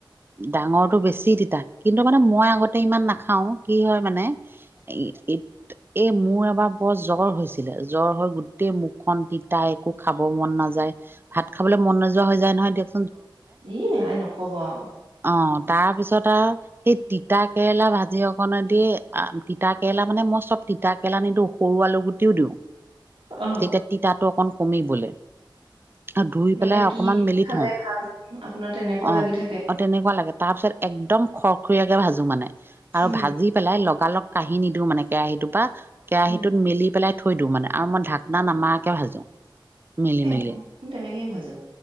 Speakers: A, on the right (about 25°); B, on the right (about 80°).
A: ডাঙৰটো বেছি তিতা কিন্তু মানে মই আগতে ইমান নাখাও কি হয় মানে এই এই মোৰ এবাৰ বৰ জ্বৰ হৈছিলে জ্বৰ হৈ গোটেই মুখখন তাই একো খাব মন নাযায় ভাত খাবলৈ মন নোযোৱা হৈ যায় নহয় দিয়ক
B: এ আই নকব আৰু
A: অ তাৰ পিছত আৰু সেই তিতা কেৰেলা ভাজি অকণদি তিতা কেৰেলা মানে মই চব তিতা কেৰেলা নিদিওঁ সৰু আলু গুটিও দিওঁ
B: অ
A: তেতিয়া তিতাটো অকণ কমিবলে আৰু ধুই
B: মানে
A: পেলাই
B: কি
A: অকমান
B: দিম
A: মেলি
B: খালে
A: থওঁ
B: ভাল আপোনাৰ তেনেকুৱা
A: অ
B: লাগি থাকে
A: অ তেনেকুৱা লাগে তাৰ পিছত একদম খৰখৰীয়া আৰু
B: উম
A: ভাজি পেলাই লগালগ কাহী নিদিওঁ মানে কেৰাহীটোৰ পৰা কেৰাহীটোত
B: উম
A: মিলি পেলাই থৈ দিওঁ মানে আৰু মই ঢাকনা নামাৰাকৈ ভাজোঁ মিলি
B: এ
A: মেলি
B: মই তেনেকেই ভাজো